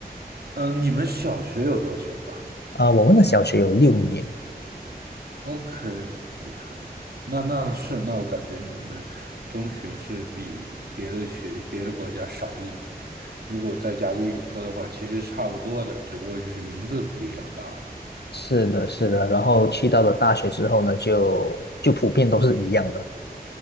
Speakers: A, on the right; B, on the left.
A: 嗯、你们小学有多久？
B: 呃，我们的小学有六年，
A: OK OK，那那是那我感觉你们的中学是比别的学别的国家少一年，如果再加个预科的话，其实差不多的，只不过就是名字不一样罢了。
B: 是的，是的。然后去到了大学之后呢，就就普遍都是一样的。